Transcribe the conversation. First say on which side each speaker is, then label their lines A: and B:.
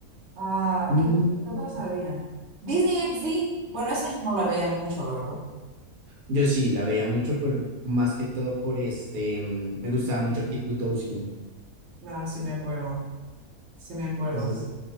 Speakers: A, on the right; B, on the right.
A: Ah,
B: Mm,
A: ¿qué, qué otras habían? Disney XD. Bueno, esa yo no la veía mucho, la verdad.
B: yo sí, la veía mucho por, más que todo por este, mm, me gustaba mucho Kit Butowski.
A: Ah, sí me acuerdo, sí me acuerdo.
B: Entonces,